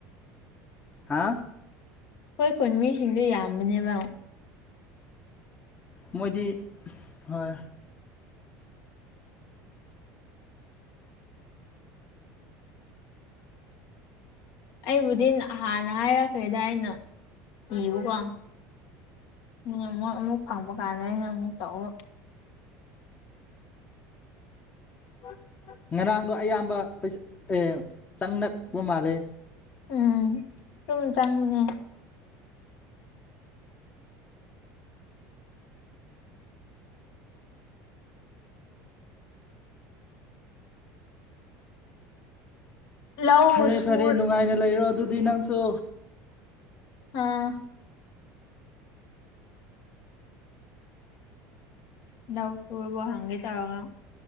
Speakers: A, on the left; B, on the left.
A: ꯍꯥ
B: ꯑꯩꯈꯣꯏ ꯈꯨꯟ ꯃꯤꯁꯤꯡꯁ ꯌꯥꯝꯕꯅꯦꯕ
A: ꯃꯣꯏꯗꯤ ꯍꯣꯏ
B: ꯑꯩꯕꯨꯗꯤ ꯍꯥꯟꯅ ꯍꯥꯏꯔꯛꯈ꯭ꯔꯦꯗ ꯑꯩꯅ ꯏꯤꯕꯀꯣ ꯑꯃꯨꯛ ꯑꯃꯨꯛ ꯐꯪꯕ ꯀꯥꯟꯗ ꯑꯩꯅ ꯑꯃꯨꯛ ꯇꯧꯎ <inaudible>
A: ꯉꯔꯥꯡꯗꯣ ꯑꯌꯥꯝꯕ ꯄꯩꯁ ꯑꯦ ꯆꯪꯛꯄ ꯃꯥꯜꯂꯦ
B: ꯎꯝ ꯁꯨꯝ ꯆꯪꯕꯅꯦ ꯂꯧ
A: ꯐꯔꯦ
B: ꯁꯨꯔ
A: ꯐꯔꯦ ꯅꯨꯡꯉꯥꯏꯅ ꯂꯩꯔꯣ ꯑꯗꯨꯗꯤ ꯅꯪꯁꯨ
B: ꯑꯥ ꯅꯕꯄꯨꯔ ꯍꯒꯤ ꯇꯥꯥꯎꯒ